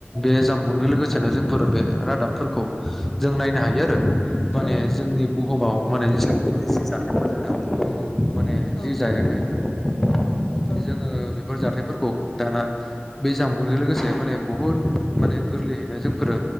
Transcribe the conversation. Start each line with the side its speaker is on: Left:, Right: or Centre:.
Centre: बे जामबुंजों लोगोसेनो जोंफोर बे रादाबफोरखौ जों नायनो हायो। <unintelligible> माने
Left: औ
Centre: जोंनि
Left: नंगौ
Centre: बुहुमाव माने जेसेबांखिनि जाथाइफोर जादों माने माने
Left: औ
Centre: जि जायाखै जोङो
Left: औ
Centre: बे बेफोर जाथाइफोरखौ दाना बे जामबुंजों लोगोसे माने बुहुद माने गोरलैयैनो जोंफोरो